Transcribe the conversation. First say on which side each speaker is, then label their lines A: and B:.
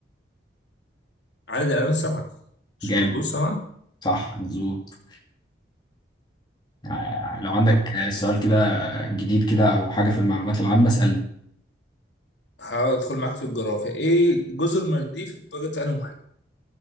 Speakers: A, on the left (about 70°); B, on the left (about 25°).
A: عدد الالوان سبعه مش
B: جامد
A: مظبوط سبعه
B: صح مظبوط آه، لو عندك
A: طب
B: آه، سؤال كده جديد كده او حاجه في المعلومات العامه اسالني
A: هحاول ادخل معاك في الجغرافيا ايه جزر المالديف اتوجد في انهي محيط